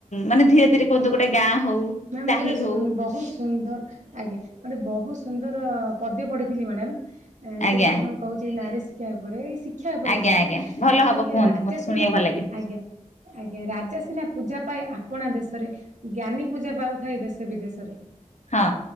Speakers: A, on the left; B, on the right.
A: ମାନେ ଧୀରେ ଧୀରେ କୁହନ୍ତୁ ଗୋଟାଏ ଗାଁ ହଉ
B: ମ୍ୟାମ୍
A: ସାହି
B: ମୁଁ ଗୋଟେ ସୁ
A: ହଉ
B: ବହୁତ ସୁନ୍ଦର ଆଜ୍ଞା ଗୋଟେ ବହୁତ ସୁନ୍ଦର ପଦ୍ୟ ପଢଥିଲି ମ୍ୟାଡାମ୍
A: ଆଜ୍ଞା
B: ସେଇଟା ଆପଣଙ୍କୁ କହୁଛି ନାରୀ ଶିକ୍ଷା ଉପରେ ଏଇ ଶିକ୍ଷା ଉପରେ
A: ଆଜ୍ଞା
B: କହୁଛି
A: ଆଜ୍ଞା ଭଲ
B: ମାନେ
A: ହବ
B: ଯେତେ ହେଲେ
A: କୁହନ୍ତୁ
B: ଏ ରାଜା
A: ମତେ
B: ସିନା
A: ଶୁଣିବାକୁ ଭଲ ଲାଗେ।
B: ଆଜ୍ଞା। ଆଜ୍ଞା ରାଜା ସିନା ପୂଜା ପାଏ ଆପଣା ଦେଶରେ ଜ୍ଞାନୀ ପୂଜା ପାଉଥାଏ ଦେଶ ବିଦେଶରେ।
A: ହଁ